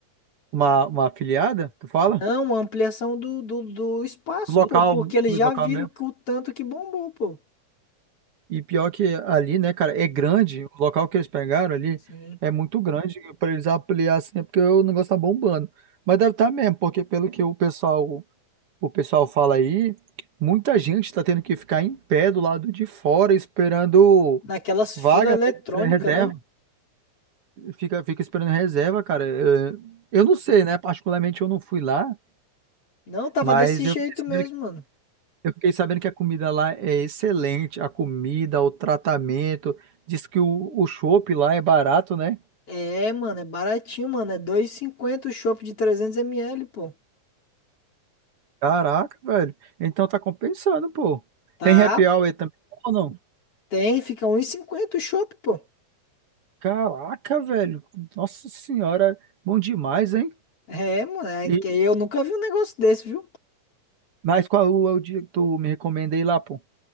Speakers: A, on the right; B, on the left.
A: Uma, uma afiliada, tu fala?
B: Não, uma ampliação do, do, do espaço,
A: Do Local,
B: pô. Porque eles
A: do
B: já
A: local
B: viram
A: mesmo.
B: que o tanto que bombou, pô.
A: E pior que ali, né, cara, é grande, o local que eles pegaram ali
B: Sim.
A: é muito grande pra eles ampliar assim, é porque o negócio tá bombando. Mas deve estar mesmo, porque pelo que o pessoal, o pessoal fala aí, muita gente tá tendo que ficar em pé do lado de fora esperando
B: Naquelas
A: vaga,
B: filas eletrônicas,
A: né, reserva,
B: né?
A: fica, fica esperando reserva, cara. Eh, Eu não sei, né, particularmente eu não fui lá,
B: Não, tava
A: Mas
B: desse jeito
A: eu fiquei sabendo
B: mesmo,
A: que,
B: mano.
A: eu fiquei sabendo que a comida lá é excelente. A comida, o tratamento. Diz que o, o chopp lá é barato, né?
B: É, mano, é baratinho, mano. É dois e cinquenta o chopp de trezentos ml pô.
A: Caraca, velho. Então tá compensando, pô.
B: Tá,
A: Tem happy hour também ou não?
B: tem, fica um e cinquenta o chopp, pô.
A: Caraca, velho. Nossa senhora. Bom demais, hein?
B: É, mano, é
A: E,
B: que eu nunca vi um negócio desse, viu?
A: mas qual é o dia que tu me recomendei lá, pô?